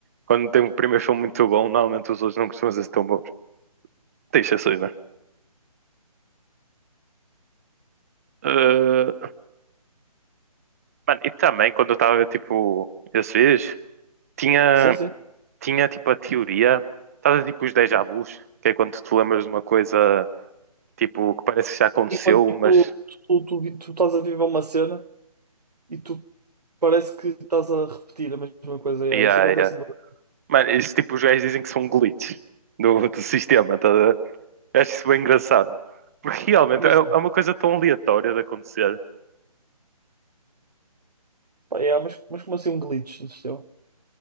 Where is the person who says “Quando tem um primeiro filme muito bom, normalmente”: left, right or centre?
Right